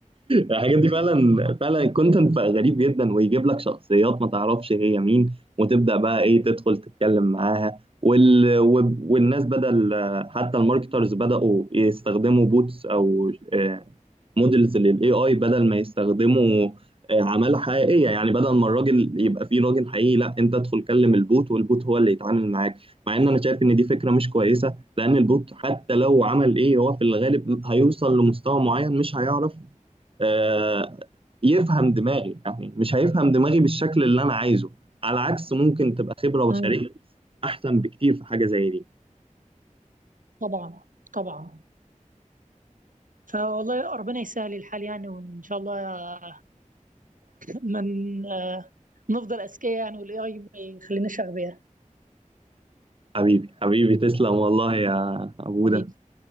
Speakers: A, on the right (about 45°); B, on the right (about 80°).
A: الحاجات دي فعلا فعلا الكونتنت بقى غريب جدا ويجيب لك شخصيات ما تعرفش هي مين وتبدا بقى ايه تدخل تتكلم معاها وال... وب- والناس بدل حتى الماركترز بداوا يستخدموا بوتس او مودلز للاي اي بدل ما يستخدموا آه، عماله حقيقيه يعني بدل ما الراجل يبقى فيه راجل حقيقي لا انت ادخل كلم البوت والبوت هو اللي يتعامل معاك مع ان انا شايف ان دي فكره مش كويسه لان البوت حتى لو عمل ايه هو في الغالب هيوصل لمستوى معين مش هيعرف آه، يفهم دماغي يعني مش هيفهم دماغي بالشكل اللي انا عايزه على عكس ممكن تبقى خبرة بشرية
B: مم.
A: احسن بكتير في حاجة زي دي
B: طبعا طبعا فوالله ربنا يسهل الحال يعني وان شاء الله من آه، نفضل اذكياء يعني والاي اي ما يخليناش اغبياء
A: حبيبي حبيبي تسلم والله يا ابوده
B: حبيبي